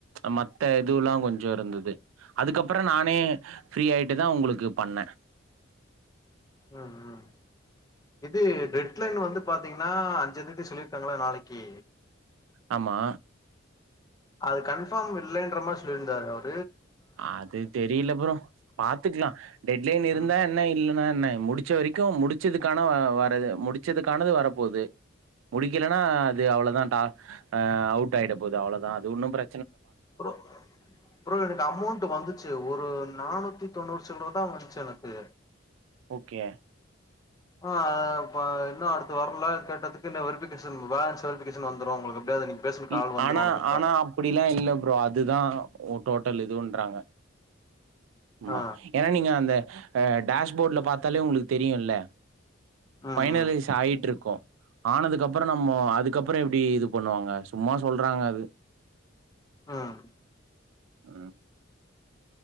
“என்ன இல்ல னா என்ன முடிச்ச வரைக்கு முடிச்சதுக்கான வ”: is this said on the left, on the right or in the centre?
Right